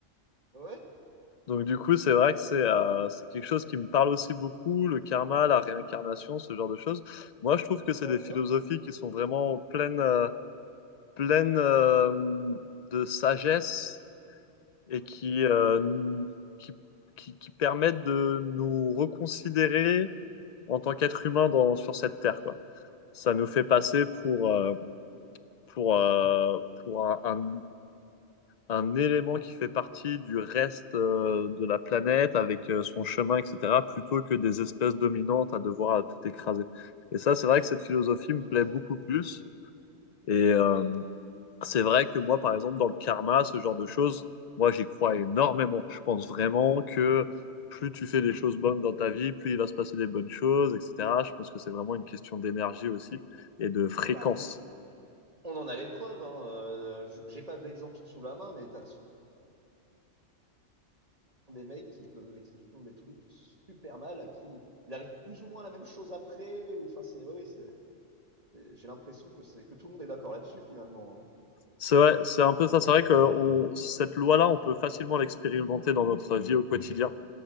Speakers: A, on the right; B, on the left.
A: Ouais?
B: Donc du coup, c'est vrai que c'est euh, c'est quelque chose qui me parle aussi beaucoup, le karma, la réincarnation, ce genre de choses. Moi, je trouve que
A: D'accord,
B: c'est des philosophies qui sont vraiment pleines, euh, pleines euh, de sagesse et
A: Oui.
B: qui, euh, qui, qui, qui permettent de nous reconsidérer en tant qu'être humain dans, sur cette terre, quoi. Ça nous fait passer pour, euh, pour, euh, pour un, un, un élément qui fait partie du reste euh, de la planète avec euh, son chemin, etc., plutôt que des espèces dominantes à devoir euh, tout écraser. Et ça, c'est vrai que cette philosophie me
A: tout
B: plaît
A: à fait.
B: beaucoup plus. Et, euh,
A: Oui.
B: C'est vrai que moi, par exemple, dans le karma, ce genre de choses, moi, j'y crois énormément. Je pense vraiment que plus tu fais des choses bonnes dans ta vie, plus il va se passer des bonnes choses, etc. Je pense que c'est vraiment une question d'énergie aussi et de fréquence.
A: Bah, on, on en a les preuves, hein. euh, je- j'ai pas d'exemple sous la main, mais t'as des mecs qui te qui font des trucs super mal, à qui il arrive plus ou moins la même chose après, ou enfin c'est, oui, oui, c'est, c'est- j'ai l'impression que c'est que tout le monde est d'accord là-dessus finalement.
B: C'est vrai, c'est un peu ça. C'est vrai que on- cette loi-là, on peut facilement l'expérimenter dans notre vie au quotidien.